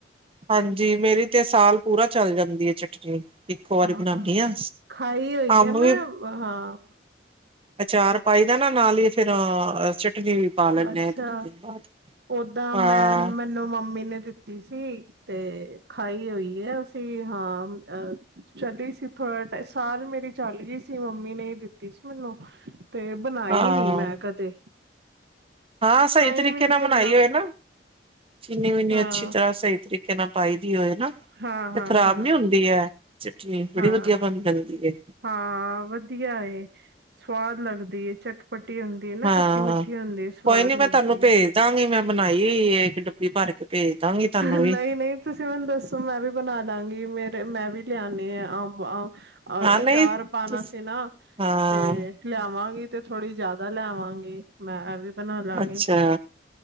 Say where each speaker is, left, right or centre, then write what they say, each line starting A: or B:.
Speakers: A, on the right; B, on the right.
A: ਹਾਂਜੀ, ਮੇਰੀ ਤੇ ਸਾਲ ਪੂਰਾ ਚੱਲ ਜਾਂਦੀ ਏ, ਚਟਨੀ। ਇੱਕੋ ਵਾਰੀ
B: ਹਾਂ
A: ਬਣਾਂਨੀ ਆ,
B: ਖਾਈ ਹੋਈ
A: ਅੰਬ
B: ਹੈ
A: ਵੀ
B: ਮੈਂ ਹਾਂ
A: ਅਚਾਰ ਪਾਈਦਾ ਨਾ ਨਾਲ ਈ ਫਿਰ, ਚਟਨੀ ਪਾ ਲੈਂਦੇ
B: ਅੱਛਾ,
A: ਆ ਇੱਕ ਦੋ ਦਿਨ ਬਾਅਦ।
B: ਓਦਾਂ
A: ਹਾਂ,
B: ਮੈਂ ਮੈਨੂੰ ਮੰਮੀ ਨੇ ਦਿੱ ਸੀ, ਤੇ ਖਾਈ ਹੋਈਏ ਅਸੀ ਹਾਂ, ਅ ਚਲੀ ਸੀ ਥੋੜਾ ਸਾਲ ਮੇਰੀ ਚੱਲ ਗਈ ਸੀ ਮੰਮੀ ਨੇ ਈ ਦਿੱਤੀ ਸੀ ਮੇਨੂੰ, ਤੇ ਬਨਾਈ
A: ਹਾਂ,
B: ਨੀ, ਮੈਂ ਕਦੇ।
A: ਹਾਂ, ਸਹੀ
B: ਟਾਈਮ
A: ਤਰੀਕੇ
B: ਹੀ ਨੀ
A: ਨਾਲ
B: ਮਿਲਿਆ
A: ਮਨਾਈ ਹੋਏ ਨਾ, ਚੀਨੀ-ਵੀਨੀ
B: ਹਾਂ
A: ਅੱਛੀ ਤਰ੍ਹਾਂ ਸਹੀ ਤਰੀਕੇ ਨਾ ਪਾਈ ਦੀ ਹੋਏ ਨਾ,
B: ਹਾਂ ਹਾਂ
A: ਤੇ ਖ਼ਰਾਬ
B: ਹਾਂ
A: ਨੀ ਹੁੰਦੀ ਹੈ ਚਟਨੀ, ਬੜੀ
B: ਹਾਂ
A: ਵਧੀਆ ਬਣ ਜਾਂਦੀ ਏ।
B: ਹਾਂ ਵਧੀਆ ਏ, ਸਵਾਦ ਲੱਗਦੀ ਏ ਚਟਪਟੀ ਨਾ,
A: ਹਾਂ।
B: ਖੱਟੀ-ਮਿੱਠੀ ਹੁੰਦੀ ਏ, ਸਵਾਦ
A: ਕੋਈ ਨੀ ਮੈਂ
B: ਲੱਗਦੀ
A: ਤੁਹਾਨੂੰ ਭੇਜ
B: ਏ।
A: ਦਾਂਗੀ ਮੈਂ ਬਣਾਈ, ਇੱਕ ਡੱਬੀ ਭਰਕੇ ਭੇਜ ਦਾਂਗੀ ਤਹਾਨੂੰ
B: ਨਹੀਂ
A: ਵੀ।
B: ਨਹੀਂ ਤੁਸੀਂ ਮੈਨੂੰ ਦੱਸੋ ਮੈਂ ਵੀ ਬਣਾ ਲਾਂਗੀ ਮੇ। ਤੇ ਮੈਂ ਵੀ ਲਿਆਣੇ ਨੇ ਆ ਅੰਬ - ਅੰਬ
A: ਹਾਂ ਨਹੀਂ
B: ਅਚਾਰ ਪਾਣਾ
A: ਤੁਸ
B: ਸੀ ਨਾ
A: ਹਾਂ
B: ਤੇ। ਲਿਆਵਾਂਗੀ ਤੇ ਥੋੜੀ ਜਿ਼ਆਦਾ ਲੇਆਵਾਂਗ। ਮੈਂ ਏਹ ਵੀ ਬਣਾ ਲਾਂਗੀ
A: ਅੱਛਾ।